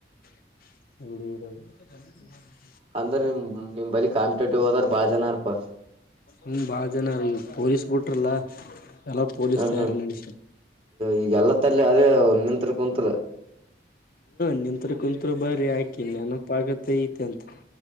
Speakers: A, on the left; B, on the right.
A: ಇರ
B: ಅಂದ್ರ ನಿಮ ನಿಮ್ ಬಳಿ ಕಾಂಪಿಟೇಟಿವ್ ಹದರ ಬಾಳ ಜನಾರ್ಪಾ
A: ಹ್ಮ ಬಾಳ ಜನ ರೆ ಈ ಪೊಲೀಸ್ ಬಿಟ್ರಲ್ಲಾ ಎಲ್ಲ ಪೋಲೀಸ್
B: ಹ್ಮ್
A: ತಯಾರಿ
B: ಹ್ಮ್
A: ನಡಸ
B: ಈಗೆಲ್ಲ ತಲ್ಲಿ ಅದೇ ನಿಂತ್ರು ಕುಂತ್ರು
A: ನಿಂತ್ ಕುಂತ್ರು ಬ್ರ ಆಾಕಿನ್ನಪ ಆಗತ್ತ ಐತೆ ಅಂತ